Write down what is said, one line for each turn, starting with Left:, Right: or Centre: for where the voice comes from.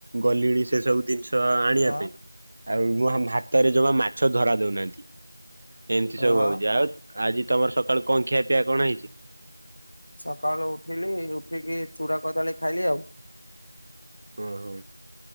Right: ଗଲିଣି ସେ ସବୁ ଦିନି ଟ ଆଣିବା
Left: ହଁ ହଁ।
Right: ପାଇଁ ଆଉ ମୋ ଭାତରେ ଜମା ମାଛ ଧରା ଦଉନାହାନ୍ତି। ଏମିତି ସବୁ
Left: ହଁ
Right: ହଉଛି ଆଉ ଆଜି ତମର ସକାଳୁ କଂଖିଆ ପିଆ କଣ ହେଇଛି?
Left: ସକାଳୁ ଉଠିଲି ଉଠିକି ଚୁଡା କଦାଳୀ ଖାଇଲି ଆଉ।
Right: ଓହୋ।